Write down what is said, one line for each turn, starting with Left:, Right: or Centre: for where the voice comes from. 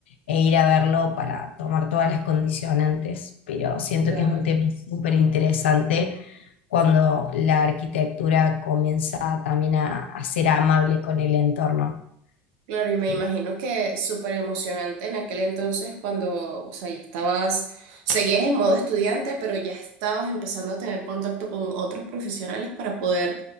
Left: e ir a verlo para tomar todas las condicionantes, pero siento
Right: Claro.
Left: que es un tema súper interesante cuando la arquitectura comienza también a, a ser amable con el entorno.
Right: Claro, y me
Left: ¿sí?
Right: imagino que súper emocionante en aquel entonces cuando, o sea, ya estabas, seguías en modo estudiante, pero ya estabas empezando a tener contacto con otros profesionales para poder